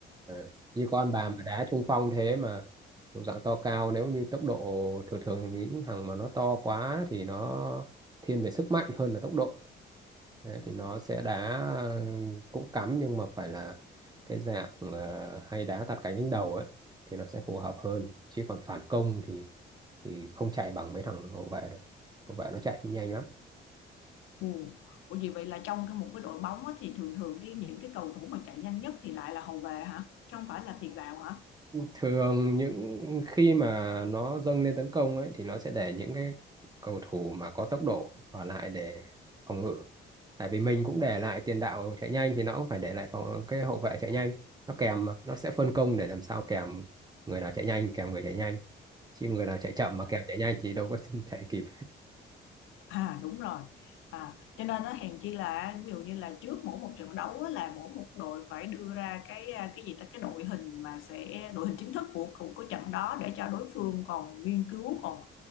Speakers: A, on the right; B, on the left.
A: Ờ, như con bà
B: ồ,
A: mà đá trung phong thế mà độ dạng to cao nếu như tốc độ thường thường những thằng mà nó to quá thì nó thiên về sức mạnh hơn là tốc độ Đấy, thì nó sẽ đá ờ, cũng cắm nhưng mà phải là cái dạng ờ, hay đá tạt cánh đánh đầu ấy thì nó sẽ phù hợp hơn chứ còn phản công thì thì không chạy bằng mấy thằng hậu vệ được hậu vệ nó chạy nhanh lắm
B: ồ. Ủa vậy vậy là trong cái một cái đội bóng á, thì thường thường cái những cái cầu thủ mà chạy nhanh nhất thì lại là hậu vệ hả? Chứ không phải là tiền đạo hả?
A: thường những khi mà nó dâng lên tấn công ấy thì nó sẽ để những cái cầu thủ mà có tốc độ ở lại để phòng ngự tại vì mình cũng để lại tiền đạo chạy nhanh thì nó cũng phải để lại phòng cái hậu vệ chạy nhanh nó kèm mà, nó sẽ phân công để làm sao kèm người nào chạy nhanh kèm người chạy nhanh chứ người nào chạy chậm mà
B: À,
A: kèm chạy nhanh thì đâu có <laughs> chạy kịp
B: à, đúng rồi. À, cho nên nó hèn chi là ví dụ như là trước mỗi một trận đấu á, là mỗi một đội phải đưa ra cái à, cái gì ta cái đội hình mà sẽ đội hình chính thức của của, của trận đó để cho đối phương còn nghiên cứu còn